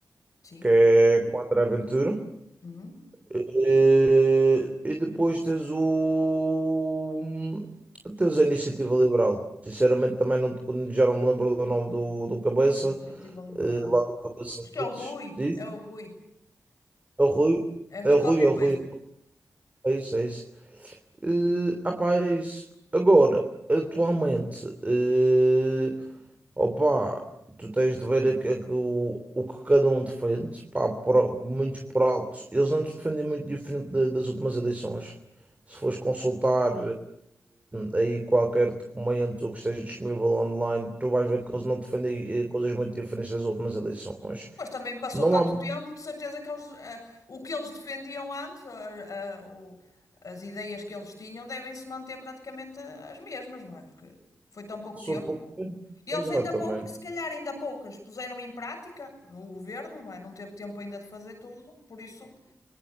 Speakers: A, on the left (about 70°); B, on the right (about 25°).
A: Sim.
B: que é com o André Ventura.
A: Uhum.
B: Eh, E, depois tens o. Tens a Iniciativa Liberal. Sinceramente, também não, te- já não me lembro do nome do, do cabeça.
A: Iniciativa Liberal.
B: eh, lá do cabeça
A: Acho que é
B: deles.
A: o Rui.
B: Diz?
A: É o Rui.
B: É o Rui.
A: É Rui
B: É o
A: qualquer
B: Rui, é o
A: coisa.
B: Rui. É isso, é isso. Eh, rapaz, agora, atualmente, eh, opá, tu tens de ver a- a- o, o que cada um defende, pá, por al- muitos por altos, eles não defendem muito diferente da- das últimas eleições. Se fores consultar eh, aí qualquer documento que esteja disponível online, tu vais ver que
A: Sim.
B: eles não defendem eh, coisas muito diferentes das últimas eleições.
A: Mas também passou
B: Não
A: tanto
B: há muito,
A: tempo, de certeza que eles, eh, o que eles defendiam antes, a- a- o- as ideias que eles tinham, devem se manter praticamente as mesmas, não é? Porque foi tão pouco tempo.
B: sou pouco tempo,
A: E Eles
B: exatamente.
A: ainda pouco, se calhar ainda poucas puseram em prática no governo, não é? Não teve tempo ainda de fazer tudo, por isso